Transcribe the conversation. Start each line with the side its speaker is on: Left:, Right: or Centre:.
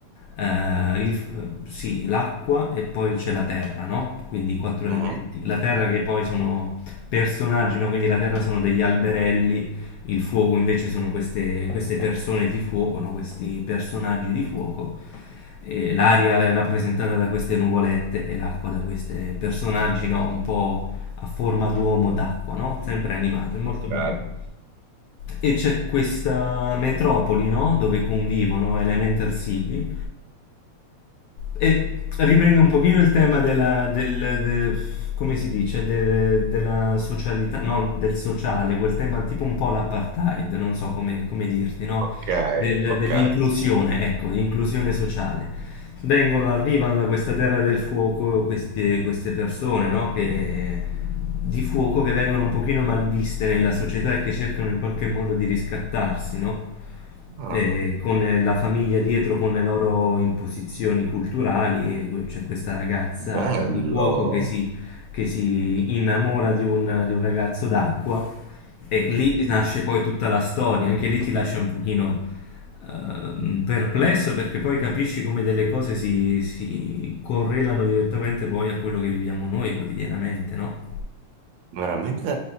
Left: eh, il f- eh, sì, l'acqua e poi c'è la terra, no? Quindi i quattro elementi.
Right: mhm.
Left: La terra che poi sono personaggi, no? Quindi la terra sono degli alberelli il fuoco invece sono queste, queste persone di fuoco, no? questi personaggi di fuoco. E l'aria è rappresentata da queste nuvolette e l'acqua da questi personaggi no? un po' a forma d'uomo d'acqua, no? sempre animato, è molto
Right: Ok,
Left: bello. E c'è questa metropoli no? dove convivono Elemental City e riprendo un pochino il tema della, del, de- come si dice, De- della socialità, no, del sociale, quel tema tipo un po' l'apartheid, non so come, come dirti, no?
Right: ok,
Left: Del-
Right: ok.
Left: dell'inclusione, ecco, inclusione sociale. Vengono, arrivano da questa terra del fuoco queste, queste persone, no? Che di fuoco che vengono un pochino malviste nella società e che cercano in qualche modo di riscattarsi, no?
Right: Ah,
Left: Eh, con eh, la famiglia dietro, con le loro imposizioni culturali, e que- c'è questa ragazza
Right: bello.
Left: di fuoco che si, che si innamora di un, di un ragazzo d'acqua e lì nasce poi tutta la storia, anche lì ti lascia un pochino ehm, perplesso perché poi capisci come delle cose si, si correlano direttamente poi a quello che viviamo noi quotidianamente, no?
Right: Veramente